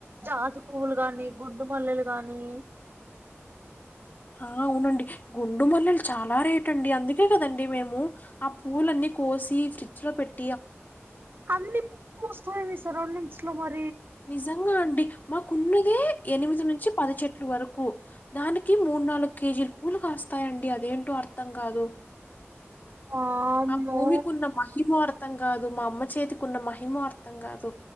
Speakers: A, on the right; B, on the left.
A: జాజు పువ్వులు గాని, గుండు మల్లెలు గాని.
B: ఆ అవునండి గుండు మల్లెలు చాలా రేటు అండి అందుకే కదండి మేము ఆ పూలన్నీ. కోసి ఫ్రిడ్జ్ లో పెట్.
A: అన్ని పూలు పూస్తాయి మీ సరౌండింగ్. స్లో మోడ్
B: నిజంగా అండి మాకున్నదే ఎనిమిది నుంచి పది చెెట్ల వరకు దానికి మూడు, నాలుగు కేజీలు పూలు కాస్తాయండి అదేంటో అర్థం కాదు.
A: వామ్మో
B: ఆ భూమికి ఉన్న మహిమ అర్థంగా. కాదు మా అమ్మ చేతికి ఉన్న మహిమో అర్థం కాదు